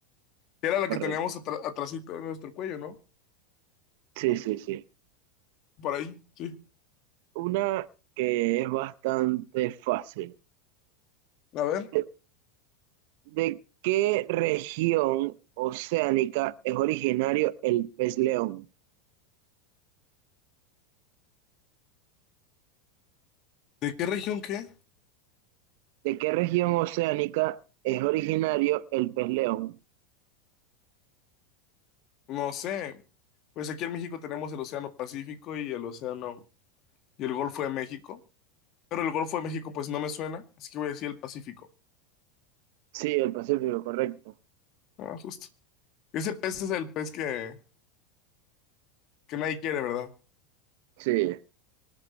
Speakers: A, on the left; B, on the right.
A: Era la
B: correcto.
A: que teníamos atra- atrasito en nuestro cuello, ¿no?
B: Sí, sí, sí.
A: Por ahí, sí.
B: Una que es bastante fácil.
A: A ver.
B: ¿De, de qué región oceánica es originario el pez león?
A: ¿De qué región qué?
B: ¿De qué región oceánica es originario el pez león?
A: No sé, pues aquí en México tenemos el Océano Pacífico y el Océano y el Golfo de México, pero el Golfo de México pues no me suena, así que voy a decir el Pacífico.
B: Sí, el Pacífico, correcto.
A: Ah, justo. Ese pez es el pez que, que nadie quiere, ¿verdad?
B: Sí.